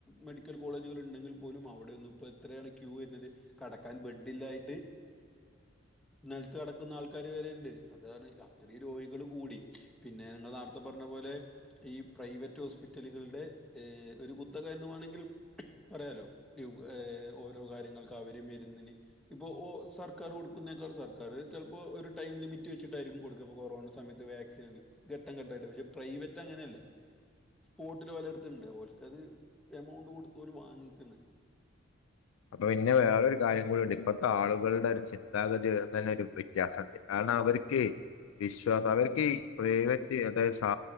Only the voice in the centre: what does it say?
മെഡിക്കൽ കോളേജുകൾ ണ്ടെങ്കിൽ പോലും അവിടെയൊന്നും പ്പെത്രേണ് ക്യൂ വെര്ന്നത് കെടക്കാൻ ബെഡില്ലായിട്ട് നെൽത്ത് കെടക്കുന്ന ആൾക്കാര് വെരെണ്ട് അതാണ് അത്രേം രോഗികൾ കൂടി പിന്നെ ങ്ങള് നാർത്തെ പർഞ്ഞ പോലെ ഈ പ്രൈവറ്റ് ഹോസ്പിറ്റലുകളുടെ ഏ ഒരു കുത്തക എന്നു വാണെങ്കി പറയാലോ ഏഹ് ഓരോ കാര്യങ്ങക്ക് അവര് മെര്ന്നിന് ഇപ്പോ ഓ സർക്കാര് കൊടുക്കുന്നേക്കാളും സർക്കാര് ചെൽപ്പോ ഒരു ടൈം ലിമിറ്റ് വെച്ചിട്ടായിരിക്കും കൊടുക്ക കൊറോണ സമയത്ത് വാക് ഘട്ടം ഘട്ടായിട്ട് പക്ഷെ പ്രൈവറ്റങ്ങനല്ല സ്പോട്ടിലോട്ത്ത്ണ്ട് ഓൽക്കത് എമൗണ്ട് കൊട്ത്തോല് വാങ്ങിക്ക്‌ന്ന്